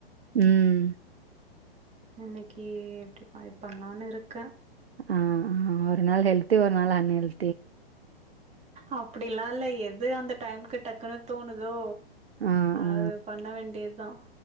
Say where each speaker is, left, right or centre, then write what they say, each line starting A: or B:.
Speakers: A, on the right; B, on the right.
A: ம்
B: இன்னைக்கி எப்டி <unintelligible> பண்ணலான்னு இருக்க
A: அ அ ஒரு நாள் ஹெல்த்து ஒரு நாள் அன்ஹெல்
B: அப்படிலா இல்ல எது அந்த டைம்க்கு டக்குனு தோணுதோ
A: ஆ,
B: அது
A: ஆ.
B: பண்ண வேண்டியதுதா